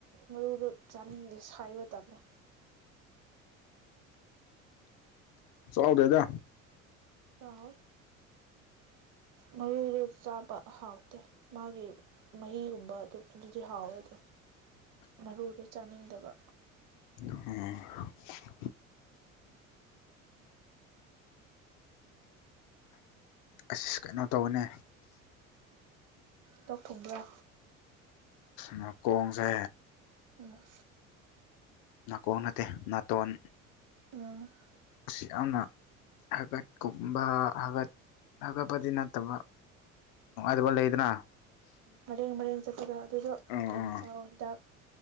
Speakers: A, on the right; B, on the left.
A: ꯃꯔꯨꯗꯣ ꯆꯥꯅꯤꯡꯗꯦ ꯁꯥꯏꯕ ꯇꯜꯂꯦ
B: ꯆꯥꯎꯗꯦꯗ
A: ꯆꯥꯎꯋꯦ ꯃꯔꯨꯗꯣ ꯆꯥꯕ ꯍꯥꯎꯇꯦ ꯃꯥꯒꯤ ꯃꯍꯤꯒꯨꯝꯕ ꯑꯗꯨ ꯑꯗꯨꯗꯤ ꯍꯥꯎꯋꯦ ꯑꯗꯣ ꯃꯔꯨꯗꯣ ꯆꯥꯅꯤꯡꯗꯕ
B: <unintelligible> ꯑꯁ ꯀꯩꯅꯣ ꯇꯧꯕꯅꯦ
A: ꯂꯣꯛ ꯊꯨꯡꯕ꯭ꯔꯥ
B: ꯅꯥꯀꯣꯡꯖꯦ
A: ꯎꯝ
B: ꯅꯥꯀꯣꯡ ꯅꯠꯇꯦ ꯅꯥꯇꯣꯟ
A: ꯎꯝ
B: ꯑꯁꯤ ꯌꯥꯝꯅ ꯍꯥꯒꯠꯀꯨꯝꯕ ꯍꯥꯒꯠ ꯍꯥꯒꯠꯄꯗꯤ ꯅꯠꯇꯕ ꯅꯨꯡꯉꯥꯏꯇꯕ ꯂꯩꯗꯅ
A: ꯃꯔꯦꯡ ꯃꯔꯦꯡ ꯆꯠꯄꯗꯣ ꯑꯗꯨꯗꯣ
B: ꯑꯥ
A: ꯀꯩꯅꯣ
B: ꯑꯥ
A: ꯆꯥꯎ ꯍꯤꯗꯥꯛ